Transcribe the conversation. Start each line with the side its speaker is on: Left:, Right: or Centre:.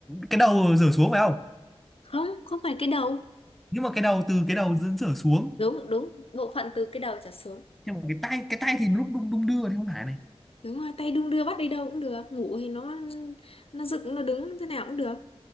Centre: cái đầu rửa xuống phải không
Left: không không phải cái đầu
Centre: nhưng mà cái đầu từ cái đầu dẫn rửa xuống
Left: đúng đúng bộ phận từ cái đầu trở xuống
Centre: nhưng mà cái tay cái tay thì lúc đung đung đưa thì không phải này
Left: đúng rồi tay đung đưa bắt đi đâu cũng được ngủ thì nó nó dựng nó đứng thế nào cũng được